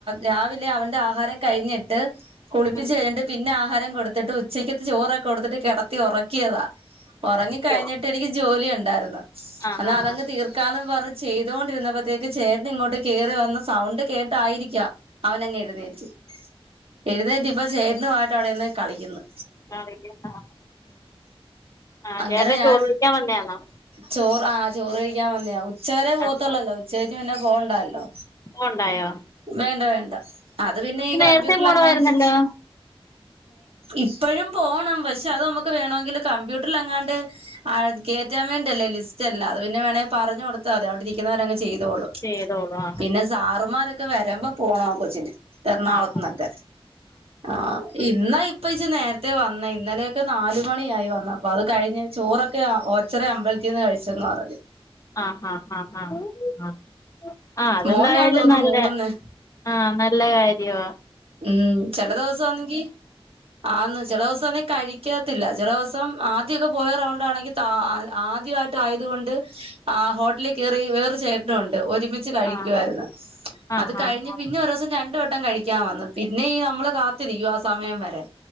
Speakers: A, on the right (about 65°); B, on the left (about 30°).
A: രാവിലെ അവന്റെ ആഹാരം കഴിഞ്ഞിട്ട് കുളിപ്പിച്ച്
B: ഉം
A: കഴിഞ്ഞിട്ട് പിന്നെ ആഹാരം കൊടുത്തിട്ട് ഉച്ചക്കത്തെ ചോറൊക്കെ കൊടുത്തിട്ട് കെടത്തി ഒറക്കിയതാ ഒറങ്ങി
B: ഉറക്കിയോ
A: കഴിഞ്ഞിട്ട് എനിക്ക് ജോലി ഉണ്ടായിരുന്നു
B: ആഹ്
A: എന്നാ അതങ്ങ് തീർക്കാന്നും പറഞ്ഞ് ചെയ്തോണ്ടിരുന്നപ്പം ത്തേക്ക് ചേട്ടനിങ്ങോട്ട് കേറി വന്ന സൗണ്ട് കേട്ടായിരിക്കാം അവനങ്ങ് എഴുന്നേറ്റ് എഴുന്നേറ്റ് ഇപ്പ ചേട്ടനുമായിട്ട് അവിടെ നിന്ന് കളിയ്ക്കുന്ന്
B: കളിക്കുന്നു ആഹ്
A: അങ്ങനെ
B: ചേട്ടൻ
A: ഞാൻ
B: ചോറ് തിന്നാൻ വന്നെയാണൊ
A: ചോറ് ആഹ്ചോറ് കഴിയ്ക്കാൻ വന്നയാ ഉച്ചവരെ പോവത്തൊള്ളല്ലോ
B: ആഹ്
A: ഉച്ചകഴിഞ്ഞ് പിന്നെ പോണ്ടാല്ലോ
B: പോണ്ടായോ
A: വേണ്ട വേണ്ട അത് പിന്നെ ഈ
B: നേരത്തെ
A: കമ്പ്യൂട്ടറിലെങ്ങാണ്ട്
B: പോണമായിരുന്നല്ലോ
A: ഇപ്പഴും പോണം പക്ഷെ അത് നമ്മക്ക് വേണമെങ്കില് കമ്പ്യൂട്ടറിലെങ്ങാണ്ട് ആഹ് കേറ്റാൻ വേണ്ടി അല്ലെ ലിസ്റ്റല്ല അത് പിന്നെ വേണമെങ്കി പറഞ്ഞ് കൊടുത്താ മതി അവിടെ ഇരിക്കുന്നവരങ് ചെയ്തോളും
B: ചെയ്തോളും അഹ്
A: പിന്നെ സാറുമാരൊക്കെ വരുമ്പം പോണം ആ കൊച്ചീന്ന് എറണാകുളത്തന്നൊക്കെ
B: ആഹ്
A: ആഹ് ഇന്ന ഇപ്പ ജി നേര്ത്തെ വന്നെ ഇന്നലെയൊക്കെ നാല് മണിയായി വന്നപ്പോ അത് കഴിഞ് ചോറൊക്കെ ഓച്ചറ അമ്പൽത്തിന്ന് കഴിച്ചെന്ന് പറഞ്ഞു
B: ആഹ് ആഹ് ആഹ് ആഹ് ആഹ് ആഹ് അതെന്തായാലും
A: മോനാന്ന് തോന്നുന്നു
B: നല്ലെ
A: മൂളുന്നെ
B: ആഹ് നല്ല കാര്യോ
A: ഉം ചെല ദിവസോന്നെങ്കി ആന്ന് ചെലോസംന്നു കഴിക്കത്തില്ല ചെലോസം ആദ്യക്കെ പോയ റൗണ്ടാണെങ്കിൽ താ ആ ആദ്യയി ട്ട് ആയതുകൊണ്ട് ആ ഹോട്ടലിൽ കേറി വേറെരു ചേട്ടനു ഉണ്ട് ഒരുമി ച്ച് കഴിക്കാരുന്നു
B: ആഹ് ആഹ്
A: അത് കഴിഞ്ഞ്
B: ആഹ്
A: പിന്നെ ഒരോസം രണ്ട് വട്ടം കഴിക്കാൻ വന്ന് പിന്നെ ഈ നമ്മള് കാത്തിരിക്കും ആ സമയം വരെ